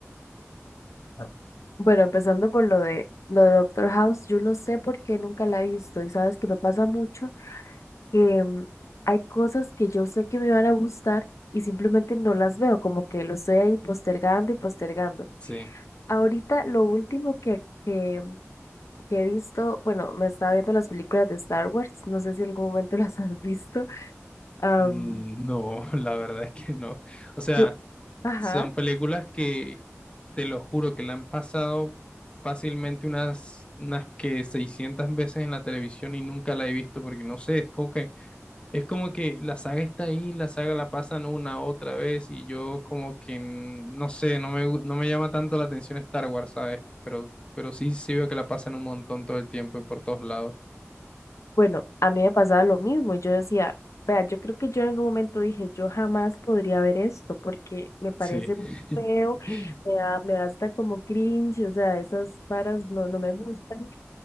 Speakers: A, on the left (about 75°); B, on the left (about 20°).
A: Ah. Bueno, empezando por lo de lo de Doctor House, yo no sé por qué nunca la he visto y sabes que me pasa mucho que mm, hay cosas que yo sé que me van a gustar y simplemente no las veo, como que lo estoy ahí postergando y postergando.
B: Sí.
A: Ahorita lo último que, que que he visto, bueno, me estaba viendo las películas de Star Wars, no sé si en algún momento <laughs> las has visto. am,
B: Mm, No, <laughs> la verdad es que no. O sea,
A: yo, ajá,
B: Son películas que te lo juro que la han pasado fácilmente unas, unas que 600 veces en la televisión y nunca la he visto porque no sé, es como que, es como que la saga está ahí, la saga la pasan una otra vez y yo como que mm, no sé, no me, gu- no me llama tanto la atención Star Wars, ¿sabes? Pero, pero sí, sí veo que la pasan un montón todo el tiempo y por todos lados.
A: bueno, a mí me pasaba lo mismo y yo decía, vea, yo creo que yo en algún momento dije, yo jamás podría ver esto porque me parece
B: Sí.
A: muy feo,
B: <laughs>
A: me da, me da hasta como cringe, o sea, esas varas no, no me gustan,